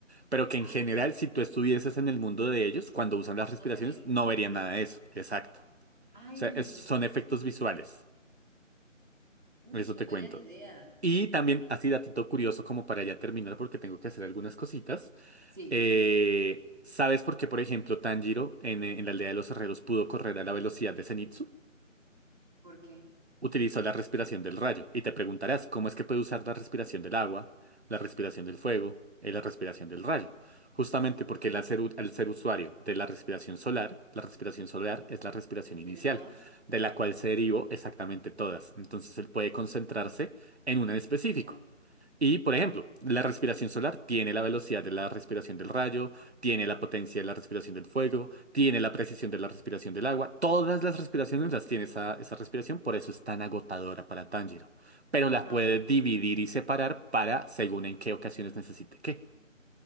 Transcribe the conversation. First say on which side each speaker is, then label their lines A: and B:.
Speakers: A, on the right; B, on the right.
A: Pero que en
B: Ah,
A: general, si tú estuvieses en el mundo de ellos, cuando usan las respiraciones,
B: no se ve.
A: no verían nada de eso. Exacto.
B: Ay,
A: O sea, es- son efectos visuales.
B: Ush,
A: Eso te
B: no
A: cuento.
B: tenía ni idea.
A: Y también, así datito curioso como para ya terminar, porque tengo que hacer algunas cositas.
B: Sí,
A: Eh, ¿sabes por qué, por ejemplo, Tanjiro en, eh, en la aldea de los herreros pudo correr a la velocidad de Zenitsu?
B: porque
A: Utilizó la respiración del rayo. Y te preguntarás, ¿cómo es que puede usar la respiración del agua, la respiración del fuego y la respiración del rayo? Justamente
B: Sí.
A: porque él al ser, u- al ser usuario de la respiración solar, la respiración solar es la respiración
B: ¿Y
A: inicial,
B: tiene todas?
A: de la cual se derivó exactamente todas. Entonces él puede concentrarse en una en específico.
B: Genial.
A: Y, por ejemplo, la respiración solar tiene la velocidad de la respiración del rayo, tiene la potencia de la respiración del fuego, tiene la precisión de la respiración del agua. Todas las respiraciones las tiene esa, esa respiración, por eso es tan agotadora para Tanjiro. Pero
B: Ajá,
A: las puede dividir y separar para según en qué ocasiones necesite qué.